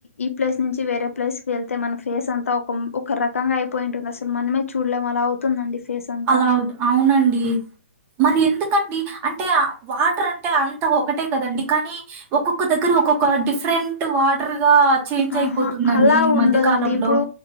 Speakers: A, on the left; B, on the right.
A: ఈ ప్లేస్ నుంచి వేరే ప్లేస్ క వెళ్తే మన ఫేస్ అన్. ఒక రకంగా అయిపోయింటుంది అసలు మనమే చూడలేం అలా అవుతుందండి ఫేస్ అంతా.
B: అలా అవుతూ- అవునండి. మరి ఎందుకండి అంటే వాటర్ అంటే అంత ఒకటే కదండి కానీ. ఒక్కొక్క దగ్గర ఒక్కొక్క డిఫరెంట్ వాటర్ గా. చేంజ్
A: ఆహా
B: అయిపోతుందండి
A: అలా
B: ఈ
A: ఉండదండి
B: మధ్య కాలంలో
A: ఇప్పుడు